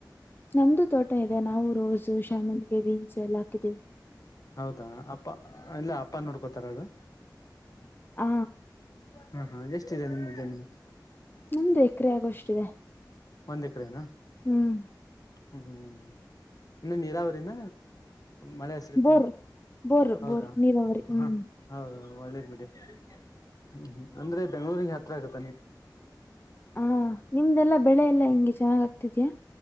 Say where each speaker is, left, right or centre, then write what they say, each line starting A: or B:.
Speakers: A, on the left (about 30°); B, on the left (about 55°).
A: ನಮ್ದು ತೋಟ ಇದೆ ನಾವು ರೋಸು ಶಾಮಂತಿಗೆ ಬೀನ್ಸ್ ಎಲ್ಲ ಹಾಕಿದ್ದೀವಿ
B: ಹೌದಾ ಅಪ್ಪ ಇಲ್ಲ ಅಪ್ಪ ನೋಡ್ಕೋತಾರ ಅದು
A: ಹ
B: ಹಾ ಹಾ ಎಷ್ಟಿದೆ ನಿಮ್ದು ಜಮೀನು
A: ನಮ್ದು ಎಕರೆ ಆಗೋಷ್ಟಿದೆ
B: ಒಂದ್ ಎಕರೆನ
A: ಹ್ಮ್
B: ಹ್ಮ್ಮ್ ನಿಮ್ದು ನೀರಾವರಿನ ಮಳೆ ಹೆಸರಿತ
A: ಬೋರ್ ಬೋರ್
B: ಹೌದಾ
A: ಬೋರ್ ನೀರಾವರಿ ಹ್ಮ್
B: ಹ ಹೌದು ಒಳ್ಳೇದ್ ಬಿಡಿ ಹ್ಮ್ ಅಂದ್ರೆ ಬೆಂಗಳೂರಿಗೆ ಹತ್ರ ಆಗತ್ತೆ.
A: ಹಾ ನಿಮ್ದೆಲ್ಲಾ ಬೆಳೆ ಎಲ್ಲಾ ಹಂಗೆ ಚೆನ್ನಾಗ್ ಆಗ್ತಿದೀಯಾ